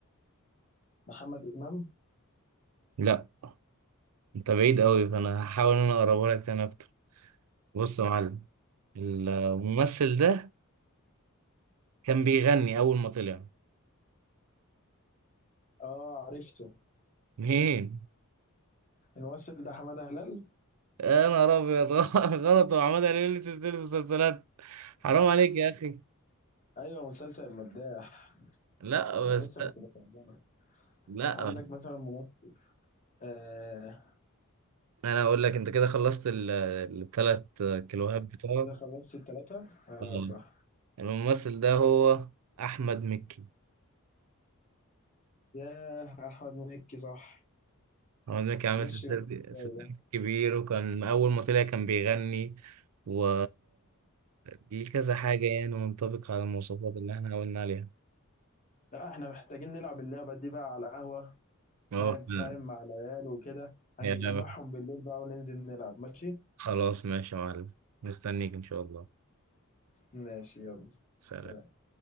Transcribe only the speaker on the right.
لا انت بعيد قوي فانا هحاول ان انا اقربها لك تاني اكتر بص يا معلم الممثل ده كان بيغني اول ما طلع
مين
يا نهار ابيض <laughs> غلط وعماد هلال ليه سلسله مسلسلات حرام عليك يا اخي
لا بس
لا
انا اقول لك انت كده خلصت الثلاث كيلوهات بتوعك
آه.
الممثل ده هو احمد مكي
هو ده كان عامل
ستات
ستات
كبير وكان أول ما طلع كان بيغني و دي كذا حاجة يعني منطبق على المواصفات اللي احنا قلنا عليها
اه
لا،
يا لا،
خلاص ماشي يا معلم مستنيك إن شاء الله
سلام